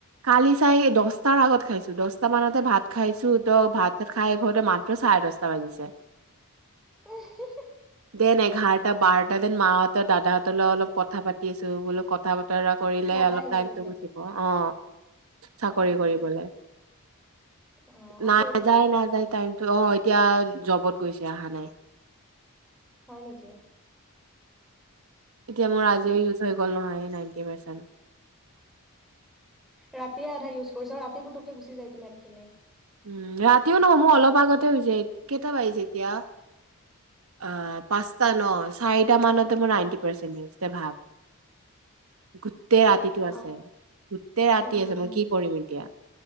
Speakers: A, on the right; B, in the centre.
A: কালি চাই দহটাৰ আগত খাইছো দহটা মানতে ভাত খাইছো ত ভাত চাত খাই ঘৰতে মাত্ৰ চাৰে দহটা বাজিছে
B: ওহো
A: দেন এঘাৰটা বাৰটা দেন মাহতৰ দাদাহঁতৰলৈ অলপ কথা পাতি আছো বোল কথা কৰিলে
B: দাদা
A: অলপ
B: আহিছে
A: টাইমটো
B: নেকি
A: গুচিব অ চাকৰি
B: উম
A: কৰিবলে
B: অ
A: নাই
B: আছে এতিয়াও
A: যায় নহয় টাইমটো অ এতিয়া জবত গৈছে অহা নাই
B: হয় নেকি
A: এতিয়া
B: উম
A: মোৰ আজিও ইউজ হৈ গ'ল নহয় নাইটি পাৰ্চেণ্ট
B: ৰাতিয়ে আধা ইউজ কৰিছ আৰু ৰাতি পুতুককে গুচি যায় তো নে কেনে
A: উম ৰাতিও নহয় মোৰ অলপ আগতে হৈছে কেইটা বাজিছে এতিয়া অ পাঁচটা ন চাৰিটা মানতে মোৰ নাইটি পাৰ্চেণ্টিজ তই ভাৱ গোটেই ৰাতিটো
B: অ
A: আছে গোটেই ৰাতি
B: উম
A: আছে মই কি কৰিম এতিয়া